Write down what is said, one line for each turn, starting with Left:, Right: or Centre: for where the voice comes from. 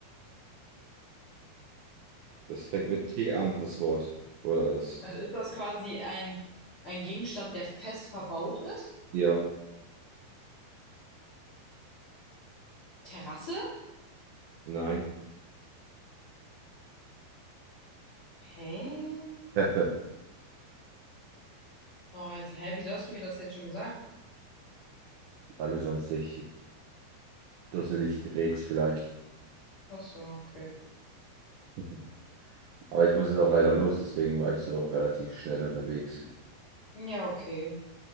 Right: Das fängt mit T an, das Wort. Oder das.
Left: Also ist das quasi ein, ein Gegenstand, der fest verbaut ist?
Right: Ja,
Left: Terrasse?
Right: nein.
Left: Hä?
Right: Treppe.
Left: Oh, jetzt, hä, wieso hast du mir das jetzt schon gesagt?
Right: Alle sonst sich dusselig dreht's vielleicht.
Left: Ach so, okay.
Right: <laughs> Aber ich muss jetzt auch leider los, deswegen war ich so relativ schnell unterwegs.
Left: Ja, okay.